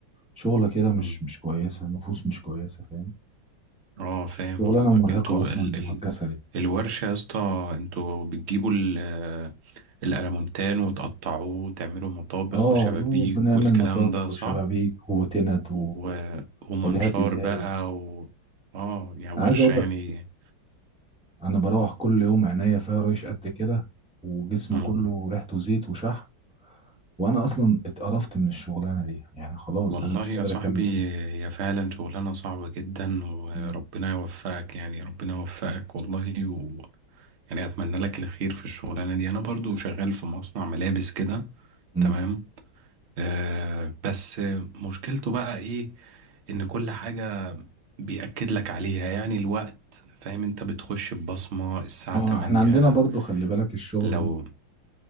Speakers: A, in the centre; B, on the right.
A: وشغلة كده مش
B: مم.
A: مش كويسة نفوس مش كويسة فاهم
B: اه فاهم
A: شغلانة
B: قصدك
A: مرهقة
B: انتوا
A: أصلا مرهق جسدي
B: الورشة يا اسطى انتوا بتجيبوا ال- الألمونتان وتقطعوه وتعملوا مطابخ
A: اه
B: وشبابيك
A: آه، بنعمل
B: والكلام
A: مطابخ
B: ده صح؟
A: وشبابيك وتند و-
B: و...
A: و-
B: ومنشار
A: وواجهات إزاز
B: بقى و... اه يا ورشة
A: أنا عايز أقول
B: يعني
A: لك أنا بروح كل يوم عينيا فيها ريش قد كده وجسمي
B: مم.
A: كله ريحته زيت وشحم وانا اصلا اتقرفت من الشغلانه دي يعني خلاص
B: والله
A: انا مش
B: يا
A: قادر
B: صاحبي
A: اكمل فيها
B: هي فعلا شغلانة صعبة جدا وربنا
A: مم.
B: يوفقك يعني ربنا يوفقك والله و... يعني أتمنى لك الخير في الشغلانة دي أنا برضو شغال في مصنع ملابس كده
A: مم.
B: تمام آه بس مشكلته بقى إيه ان كل حاجة بيأكد لك عليها يعني الوقت فاهم انت بتخش ببصمة الساعة
A: اه
B: 8
A: احنا عندنا برضو خلي بالك الشغله
B: لو
A: دي